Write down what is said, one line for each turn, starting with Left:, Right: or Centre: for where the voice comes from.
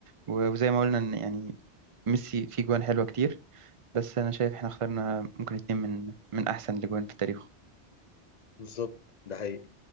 Right: و- وزي ما قلنا إن يعني ميسي فيه جوان حلوة كتير بس أنا شايف إحنا اخترنا ممكن اتنين من من أحسن الأجوان في التاريخ
Left: بالظبط ده حقيقي